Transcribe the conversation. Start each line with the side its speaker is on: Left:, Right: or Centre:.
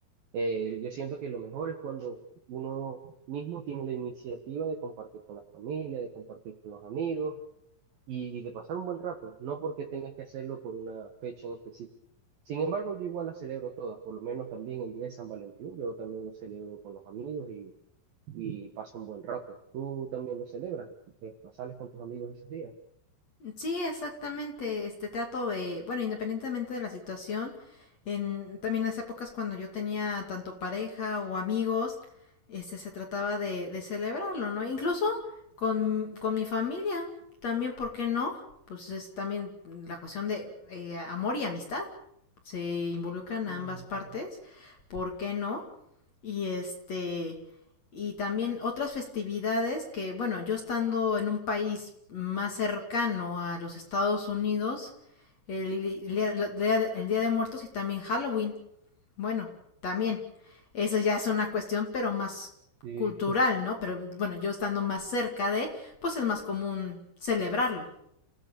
Right: Eh, yo siento que lo mejor es cuando uno mismo tiene la iniciativa de compartir con la familia, de compartir con los amigos y de pasar un buen rato, no porque tengas que hacerlo por una fecha en específico. Sin embargo, yo igual las celebro todas, por lo menos también el día de San Valentín, yo también lo celebro con los amigos y, y paso un buen rato. ¿Tú también lo celebras? Eh, ¿Sales con tus amigos esos días?
Left: Sí, exactamente. Este trato de, bueno, independientemente de la situación, en también las épocas cuando yo tenía tanto pareja o amigos, este se trataba de, de celebrarlo, ¿no? Incluso con, con mi familia, también, ¿por qué no? Pues es también la cuestión de eh, amor y amistad. Se involucran a
Right: Mm,
Left: ambas partes, ¿por qué no? Y este, y también otras festividades que, bueno, yo estando en un país más cercano a los Estados Unidos, el, día- el Día de Muertos y también Halloween. Bueno, también. Eso ya es una cuestión, pero más
Right: Sí.
Left: cultural, ¿no? Pero bueno, yo estando más cerca de, pues es más común celebrarlo.